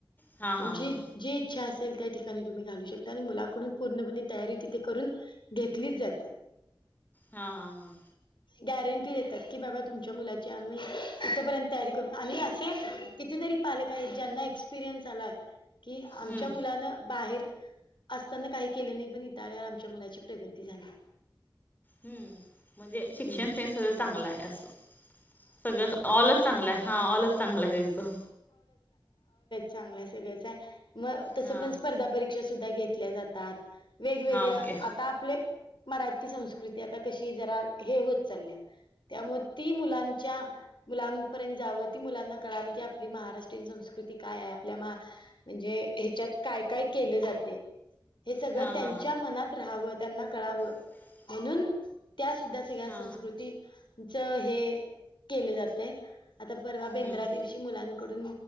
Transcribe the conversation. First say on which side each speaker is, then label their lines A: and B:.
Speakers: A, on the left (about 20°); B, on the left (about 65°).
A: हा हा
B: तुमची
A: हा हा
B: जी इच्छा असेल त्या, ठिकाणी तुम्ही घालू शकता. तिथं आणि मुलाकडून, पूर्णपणे तयारी तिथे करून घेतलीच जाते.
A: हा हा हां.
B: गॅरंटी देतात की बाबा तुमच्या मुलाची आम्ही, इथपर्यंत तयारी करू आणि असे. कितीतरी पालक आहेत, ज्यांना एक्सपिरियन्स आलाय की आमच्या
A: हम्म
B: मुलान बाहेर असताना काही केले नाही पण, इथं आल्यावर आमच्या मुलाची प्रगती झाल्या.
A: हम्म. म्हणजे शिक्षण
B: हम्म
A: तेन चांगलं आहे असं. सगळं ऑलच चांगलं आहे हा ऑलच चांगला आहे त्यांचं
B: चांगलय सगळं आहे मग तसं
A: हा
B: पण, स्पर्धा परीक्षा सुद्धा घेतल्या जातात. वेगवेगळ
A: हा ओके
B: आता आपले, मराठी संस्कृती आता कशी जरा हे होतं चालल्या. त्यामुळे ती मुलांच्या, मुलांपर्यंत जावं ती मुलांना कळावी की, आपली महाराष्ट्रीयन संस्कृती काय आहे. आपल्या, म्हणजे हेच्यात काय काय केलं जात. ते हे सगळं
A: हा
B: त्यांच्या,
A: हा
B: मनात राहावं त्यांना कळावं
A: हा
B: म्हणून. त्या सुद्धा, सगळ्या
A: हा
B: संस्कृतीच हे केले जातंय. आता परवा बेंद्रा,
A: हम्म
B: दिवशी मुलांकडून